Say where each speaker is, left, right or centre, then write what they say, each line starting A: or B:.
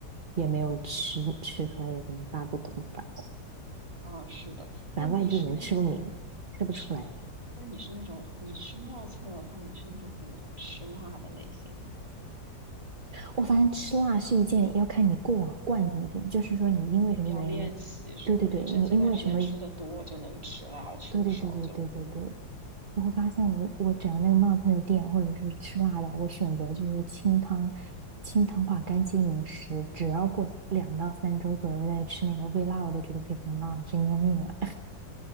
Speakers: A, on the right; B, on the right.
A: 也没有吃吃出来有什么大不同吧。
B: 啊，是的。那你是那种
A: 咱外地人吃不明，吃不出来。
B: 是，那你是那种你吃冒菜的话，你是那种很能吃辣的类型吗，
A: 我发现吃辣是一件要看你过往惯性的事情，就是说你因为什么原因，
B: 要练习是吧？
A: 对对对，
B: 你这这段时间吃的多就能吃辣，
A: 你因为什么，
B: 吃的少就不能。
A: 对对对对对对对，我会发现我，我只要那个冒菜的店或者是吃辣的，我选择就是清汤，清汤化干净饮食，只要过两到三周左右我再吃那个微辣，我都觉得非常辣了真要命啊！<laughs>